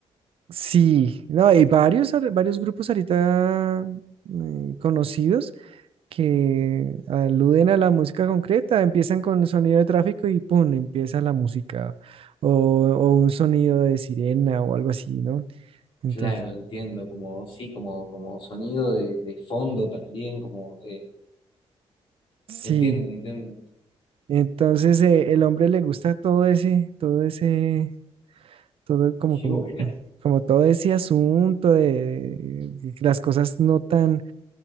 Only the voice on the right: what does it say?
Sí, no, hay varios, ar- varios grupos ahorita eh, conocidos que aluden a la música concreta, empiezan con el sonido de tráfico y ¡pum! empieza la música o, o un sonido de sirena o algo así, ¿no? Entonces,
sí,
entonces eh, el hombre le gusta todo ese, todo ese, todo como,
como,
como todo ese asunto de de las cosas no tan